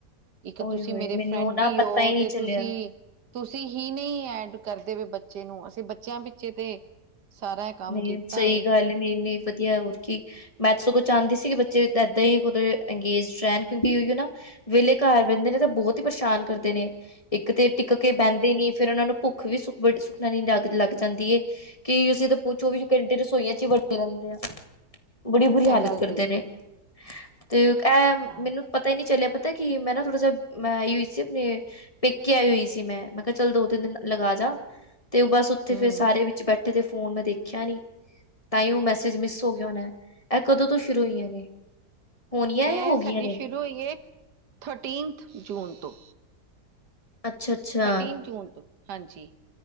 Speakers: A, on the right (about 80°); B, on the left (about 20°).
A: ਇੱਕ
B: ਓਏ
A: ਤੁਸੀਂ
B: ਹੋਏ
A: ਮੇਰੇ
B: ਮੈਨੂੰ
A: ਫਰੈਂਡ
B: ਨਾ
A: ਵੀ
B: ਪਤਾ
A: ਓ
B: ਹੀ ਨਹੀਂ
A: ਤੇ
B: ਚੱਲਿਆ
A: ਤੁਸੀਂ ਤੁਸੀਂ ਹੀ ਨਈ ਐਡ ਕਰਦੇ ਪਏ ਬੱਚੇ ਨੂੰ ਅਸੀਂ ਬੱਚਿਆਂ ਪਿੱਛੇ ਤੇ ਸਾਰਾ ਕੰਮ
B: ਨਈ
A: ਕੀਤਾ
B: ਸਈ
A: ਵੇ
B: ਗੱਲ ਨੀ ਇੰਨੀ ਵਧੀਆ ਹੋਰ ਕੀ ਮੈਂ ਤੇ ਸਗੋਂ ਚਾਂਦੀ ਸੀ ਕਿ ਬੱਚੇ ਏਦਾਂ ਈ ਅੰਗੇਜ ਰੈਣ ਕਿਉਂਕਿ ਓਈ ਓ ਨਾ ਵੇਲੇ ਘਰ ਬੈਨਦੇ ਨੇ ਤਾਂ ਬਹੁਤ ਹੀ ਪਰੇਸ਼ਾਨ ਕਰਦੇ ਨੇ ਇੱਕ ਤੇ ਟਿਕ ਕੇ ਬੈਨਦੇ ਨੀ ਫੇਰ ਉਨਾ ਨੂੰ ਭੁੱਖ ਵੀ ਸੁਖ ਬੜੀ ਸੁਖਨੀ ਲੱਗ ਲੱਗ ਜਾਂਦੀ ਏ ਕਿ ਅਸੀਂ ਉਹ ਚੌਵੀ ਘੰਟੇ ਰਸੋਈਆਂ ਚ ਈ ਵੜ ਰਹਿੰਦੇ ਆ ਬੜੀ ਬੁਰੀ ਹਾਲਤ
A: ਇਹ ਗੱਲ
B: ਕਰਦੇ
A: ਤੇ
B: ਨੇ ਤੇ ਐ ਮੈਨੂੰ
A: ਹਾਂ
B: ਪਤਾ ਈ ਨਈ ਚੱਲਿਆ ਪਤਾ ਕਿ ਐ ਮੈਂ ਨਾ ਥੋੜਾ ਜੇਆ ਮੈਂ ਆਈ ਹੋਈ ਸੀ ਆਪਣੇ ਪੇਕੇ ਆਈ ਹੋਈ ਸੀ ਮੈਂ। ਮੈਂ ਕਿਆ ਚੱਲ ਦੋ ਤਿੰਨ ਦਿਨ ਲਗਾ ਜਾ ਤੇ ਉਹ ਬਸ ਉੱਥੇ
A: ਹਮ
B: ਫੇਰ ਸਾਰੇ ਵਿੱਚ ਬੈਠੇ ਤੇ ਫੋਨ ਮੈਂ ਦੇਖਿਆ ਖਿਆ ਨੀ ਤਾਇਓ ਮੈਸੇਜ ਮਿਸ ਹੋ ਗਿਆ ਹੋਣਾ ਐਹ ਕਦੋਂ ਤੋਂ ਸ਼ੁਰੂ ਹੋਈਆਂ ਨੇ ਹੋਣੀਆਂ
A: ਐਹ
B: ਜਾਂ ਹੋ ਗਈਆਂ
A: ਸਾਡੀ
B: ਨੇ?
A: ਸ਼ੁਰੂ ਹੋਈ ਐ ਥਰਟੀਨਥ ਜੂਨ ਤੋਂ
B: ਅੱਛਾ, ਅੱਛਾ।
A: ਥਰਟੀਨ ਜੂਨ ਤੋਂ ਹਾਂਜੀ